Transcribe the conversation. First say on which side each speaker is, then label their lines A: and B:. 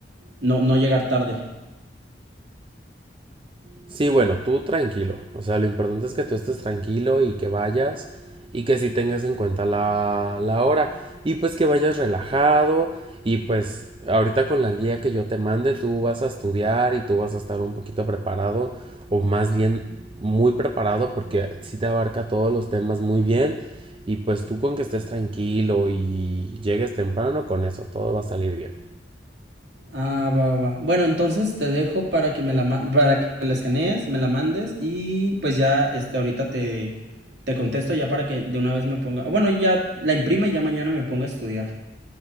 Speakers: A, on the right; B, on the right.
A: no, no llegar tarde.
B: Sí, bueno, tú tranquilo. O sea, lo importante es que tú estés tranquilo y que vayas y que sí tengas en cuenta la, la hora. Y pues que vayas relajado y pues ahorita con la guía que yo te mande tú vas a estudiar y tú vas a estar un poquito preparado o más bien muy preparado porque sí te abarca todos los temas muy bien y pues tú con que estés tranquilo y llegues temprano con eso todo va a salir bien.
A: Ah, va, va, va. Bueno, entonces te dejo para que me la, ma- para que la escanees, me la mandes y pues ya, este, ahorita te, te contesto ya para que de una vez me ponga, o bueno, ya la imprime y ya mañana me ponga a estudiar.